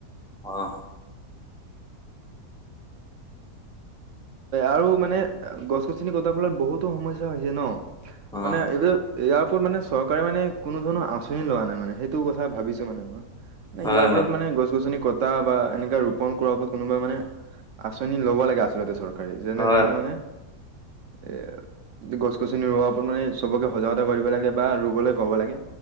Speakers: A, in the centre; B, on the right.
A: অ',
B: আৰু মানে গছ-গছনি কটাৰ ফলত বহুতো সমস্যা হৈছে ন'
A: অ',
B: মানে, এই ইয়াৰ ওপৰত মানে চৰকাৰে মানে কোনো ধৰণৰ আঁচনি লোৱা নাই মানে, সেই সেইটো কথা ভাবিছোঁ মানে মই, মানে
A: হয়,
B: ইয়াৰ ওপৰত
A: হয়,
B: মানে গছ-গছনি কটা এটা বা এনেকা ৰোপন কৰা ওপৰত কোনোবা মানে আঁচনি ল'ব লাগে আচলতে চৰকৰে। যেনে
A: হয়,
B: ধৰণে মানে এ গছ-গছনি ৰোৱাৰ ওপৰত মানে চবকে সজাগতা কৰিব লাগে বা ৰুবলৈ ক'ব লাগে।